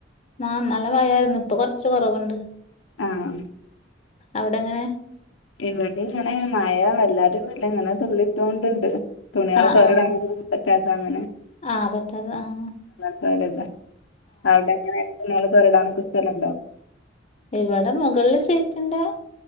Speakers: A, on the left; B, on the left.
A: ആന്നല്ല മഴായിരുന്നു ഇപ്പൊ കൊറച്ച് കൊറവ്ണ്ട്
B: ആഹ്
A: അവിടെങ്ങനെ
B: ഇവിടിം ഇങ്ങനെ മഴ വല്ലാതിന്നുല്ല ഇങ്ങനെ തുള്ളിട്ടോണ്ട്ണ്ട് തുണികള
A: ആഹ്
B: തോരടാണൊന്നും
A: ആഹ്
B: പറ്റാത്ത അങ്ങനെ
A: ആഹ് പറ്റത ആഹ
B: അല്ല അവിടെ എങ്ങനെ നിങ്ങൾ തോരടാാനൊക്കെ സ്ഥലുണ്ടോ?
A: ഇവിടെ മുകളിൽ ചേട്ടുണ്ടാ